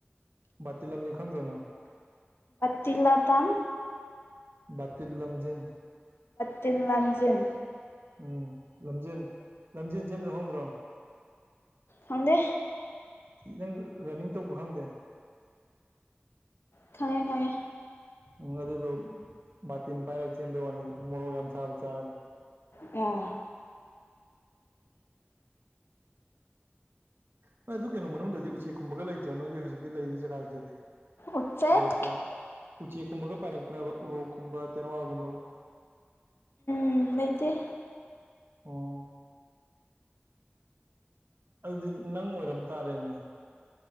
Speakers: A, on the right (about 65°); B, on the left (about 75°).
A: ꯇ ꯂ ꯂꯝꯖꯤꯡ ꯈꯪꯗ꯭ꯔꯣꯅ
B: ꯇꯤ ꯂꯥꯗꯥꯥꯟ
A: ꯕꯥꯇꯤꯜ ꯂꯝꯖꯦꯟ
B: ꯇꯤꯟ ꯂꯝ ꯂꯝꯖꯤꯡ
A: ꯎꯝ ꯂꯝꯖꯦꯟ ꯂꯝꯖꯦꯟ ꯁꯦꯝꯦꯟ ꯑꯃ ꯂ ꯍꯣꯡꯈ꯭ꯔꯣ
B: ꯐꯪꯗꯦ
A: ꯅꯪ ꯔꯟꯅꯤꯡ ꯇꯧꯕ ꯈꯪꯗꯦ
B: ꯈꯪꯉꯦ ꯈꯉꯦ
A: ꯎꯝ ꯑꯗꯨꯗꯣ ꯕꯥꯇꯤꯟ ꯄꯥꯏꯔꯒ ꯆꯦꯟꯗ ꯋꯥꯅꯤꯗ ꯃꯣꯔꯣꯛ ꯌꯥꯝ ꯁꯥꯥꯕ ꯆꯥꯔꯅꯤꯦ
B: ꯑꯣ
A: ꯍꯣꯏ ꯑꯗꯨ ꯀꯩꯅꯣ ꯃꯅꯨꯡꯗꯗꯤ ꯎꯆꯦꯛꯀꯨꯝꯕꯒ ꯂꯩꯇ꯭ꯔꯥ ꯅꯣꯏꯒꯤ ꯍꯧꯖꯤꯛꯀꯤ ꯂꯩꯔꯤ ꯖꯒꯥꯗꯨꯗꯗꯤ
B: ꯎꯆꯦꯛ
A: ꯄꯥꯏꯔꯛꯇ꯭ꯔꯣ ꯎꯆꯦꯛꯀꯨꯝꯕꯒ ꯄꯥꯏꯔꯛꯇ꯭ꯔꯕ ꯎꯔꯣꯛꯀꯨꯝꯕ ꯇꯦꯅꯋꯥꯒꯨꯝꯕꯒ
B: ꯎꯝ ꯂꯩꯇ
A: ꯑꯣ ꯑꯗꯨꯗꯤ ꯅꯪ ꯑꯣꯏꯔꯝ ꯇꯥꯔꯦꯅꯦ